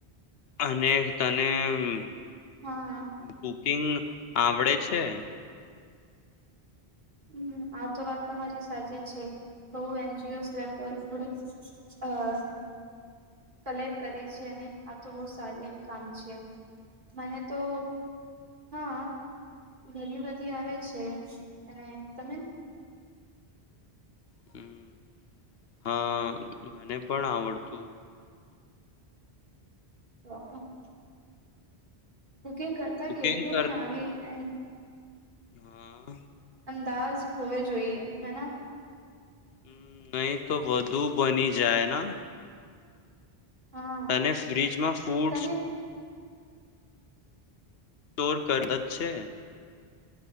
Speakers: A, on the left; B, on the right.
A: અને તને મમ
B: હા
A: કુકિંગ આવડે છે?
B: હમ્મ. આ તો વાત તમારી સાચી છે. બહુ N G Os leftover food અહ કલેક્ટ કરે છે અને આ તો બહું સારી એક કામ છે. મને તો હા ઘણી બધી આવે છે. અને તમે?
A: હમ્મ. હા મને પણ આવડતું.
B: <inaudible> કુકિંગ કરતા
A: કુકિંગ
B: કેટલું
A: કર
B: બનાવીએ એમ
A: હા.
B: દાજ હોવે જોઈએ હેના.
A: હમ્મ. નહી તો વધુ બની જાય ના?
B: હા
A: તને ફ્ર્રીજમાં ફૂડસ
B: તને
A: સ્ટોર કરતા છે?